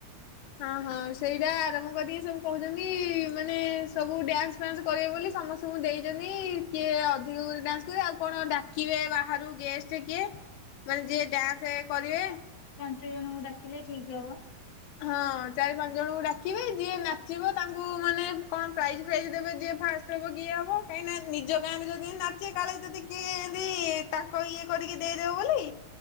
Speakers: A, on the left (about 80°); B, on the left (about 60°).
A: ହଁ ହଁ ସେଇଟା ଆରମ୍ଭ କରିକି ସବୁ କହୁଛନ୍ତି ମାନେ ସବୁ ଡ୍ୟାନ୍ସ ଫାନ୍ସ କରିବେ ବୋଲି। ସମସ୍ତଙ୍କୁ ଦେଇଛନ୍ତି କିଏ ଅଧିକ ଡ୍ୟାନ୍ସ କରେ ଆଉ କଣ ଡାକିବେ ବାହାରୁ ଗେଷ୍ଟ କିଏ ମାନେ ଯିଏ ଡ୍ୟାନ୍ସ କରିବେ
B: କେତେ ଜଣଙ୍କୁ ଡାକିଲେ ଠିକ ହବ?
A: ହଁ ଚାରି ପାଞ୍ଚ ଜଣଙ୍କୁ ଡାକିବେ। ଯିଏ ନାଚିବ ତାଙ୍କୁ ମାନେ କଣ ପ୍ରାଇଜ ଫାଇଜ ଦେବେ ଯିଏ ଫାଷ୍ଟ ହବ କିଏ ହବ କାହିଁକିନା ନିଜ ଗାଁରେ ଯଦି ନାଚେ କାଳେ ଯଦି କିଏ ଏତି ତାଙ୍କ ଇଏ କରିକି ଦେଇଦବ ବୋଲି